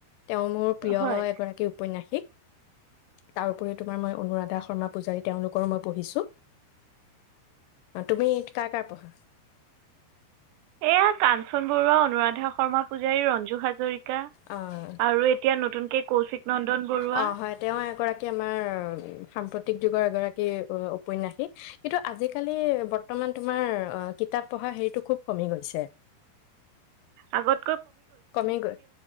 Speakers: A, on the left; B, on the right.
A: তেওঁ মোৰ প্ৰিয়
B: হয়
A: এগৰাকী ঔপন্যাসিক তাৰোপৰি তোমাৰ মই অনুৰাধা শৰ্মা পূজাৰী তেওঁলোকৰো মই পঢ়িছো তুমি কাৰ কাৰ পঢ়া
B: এয়া কাঞ্চন বৰুৱা অনুৰাধক শৰ্মা পূজাৰী ৰঞ্জু হাজৰিকা
A: অ',
B: আৰু এতিয়া নতুনকে কৌশিক নন্দন বৰুৱা
A: অ হয় তেওঁ এগৰাকী আমাৰ সামপ্তিক যুগৰ এগৰাকী উপন্যাসিক কিন্তু আজিকালি বৰ্তমান তোমাৰ কিতাপ পঢ়া হেৰিটো খুব কমি গৈছে
B: আগত
A: কমি গৈ